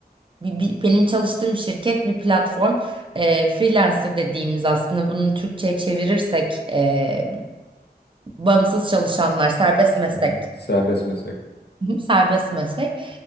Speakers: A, on the right; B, on the left.
A: bi- bi- benim çalıştığım şirket bir platform E, freelancer dediğimiz aslında bunu Türkçe'ye çevirirsek e, bağımsız çalışanlar serbest meslek
B: Hı hı. Serbest meslek.
A: Hı hı, Serbest meslek.